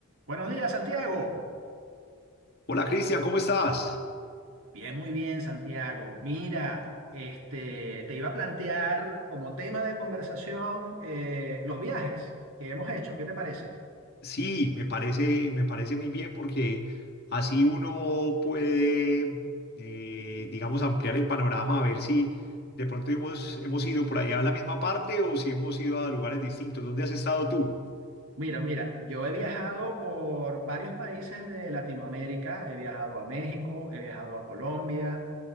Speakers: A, on the right; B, on the left.
A: Buenos días, Santiago.
B: Hola Cristian, ¿cómo estás?
A: Bien, muy bien, Santiago. Mira, este, te iba a plantear como tema de conversación eh, los viajes que hemos hecho. ¿Qué te parece?
B: Sí, me parece, me parece muy bien porque así uno puede, eh, digamos, ampliar el panorama, a ver si de pronto hemos, hemos ido por allá a la misma parte o si hemos ido a lugares distintos. ¿Dónde has estado tú? <laughs>
A: Mira, mira, yo he viajado por varios países de Latinoamérica. He viajado a México, he viajado a Colombia,